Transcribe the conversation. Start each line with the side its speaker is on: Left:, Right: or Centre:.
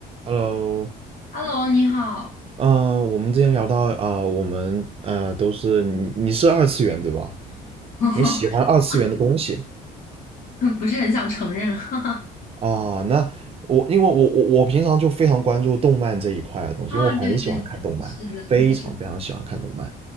Right: Hello，
Left: Hello，你好，
Right: 呃，我们之前聊到，呃，我们呃都是你你是二次元对吧？
Left: <laughs>
Right: 你喜欢二次元的东西
Left: 不是很想承认，<laughs> 哈哈。
Right: 啊？那我因为我我我平常就非常关注动漫这一块的东西，
Left: 啊，
Right: 因为我很喜欢看动漫，
Left: 对对对，是的，
Right: 非常非常喜欢看动漫。
Left: 是的，